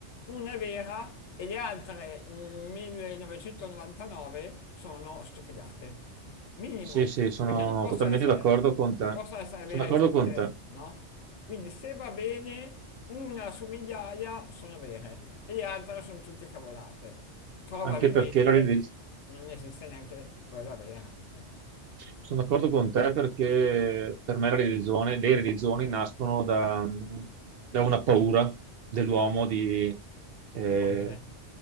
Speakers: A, on the left; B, on the right.
A: una è vera e le altre mm, 1999 sono stupidate. Minimo,
B: sì, sì, sono
A: perché non possono
B: totalmente
A: essere,
B: d'accordo con
A: non
B: te.
A: possono essere vere
B: Sono d'accordo
A: tutte,
B: con te,
A: no? Quindi se va bene, una su migliaia sono vere e le altre sono tutte cavolate. Probabilmente
B: anche perché la religione...
A: non esiste neanche quella vera, ecco,
B: Sono d'accordo con te perché per me la religione, le religioni nascono da, da una paura dell'uomo di, eh,
A: di morire.